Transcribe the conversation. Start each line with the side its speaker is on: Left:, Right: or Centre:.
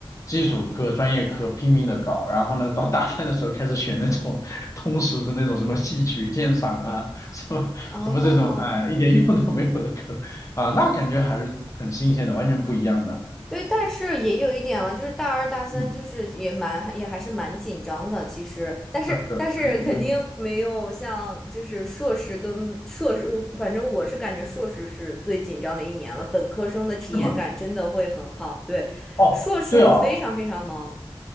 Left: 基础课、专业课拼命的搞，然后呢，到大三的时候开始选那种 <laughs> 通识的那种什么戏曲鉴赏啊，什么什么这种，
Centre: 哦，
Left: 哎，一点用都没有的课啊，那感觉还是很新鲜的，完全不一样的。
Centre: 对，但是也有一点啊，就是大二大三，
Left: 嗯，
Centre: 就是也蛮也还是蛮紧张的，其实，但是但是肯定没有像就是硕士跟硕士，
Left: 是，那那你
Centre: 反正我是感觉硕士是最紧张的一年了，本科生的体验感真的会很好。
Left: 是吗？
Centre: 对，
Left: 哦，
Centre: 硕士我非常非常忙
Left: 对哦，